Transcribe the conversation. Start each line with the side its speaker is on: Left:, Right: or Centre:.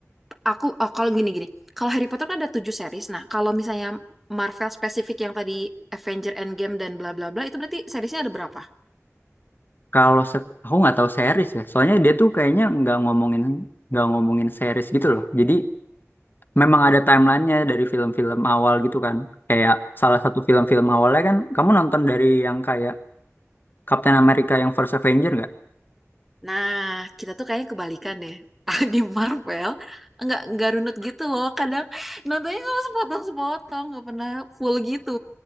Centre: aku oh, kalau gini-gini. Kalau Harry Potter kan ada tujuh series. Nah, kalau misalnya Marvel spesifik yang tadi Avenger Endgame dan bla bla bla itu berarti seriesnya ada berapa?
Left: kalau se- aku nggak tahu series ya soalnya dia tuh kayaknya nggak ngomongin nggak ngomongin series gitu loh jadi memang ada timelinenya dari film-film awal gitu kan kayak salah satu film-film awalnya kan kamu nonton dari yang kayak Captain America yang First Avenger
Centre: Nah, kita tuh kayaknya kebalikan deh. <laughs> Di Marvel nggak nggak runut gitu loh. Kadang nontonnya kalau sepotong-sepotong nggak pernah full gitu.